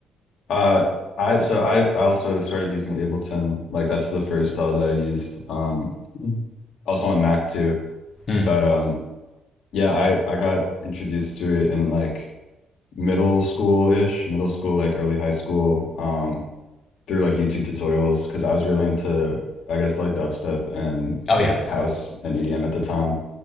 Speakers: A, on the left; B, on the left.
A: Uh, I so I I also started using Ableton. Like that's the first DAW that I used. Um, also on Mac too.
B: mm.
A: But um, yeah, I I got introduced to it in like. middle school-ish, middle school, like early high school, um, through like YouTube tutorials because I was really into, I guess, like dubstep and
B: oh
A: like
B: yeah
A: house and EDM at the time.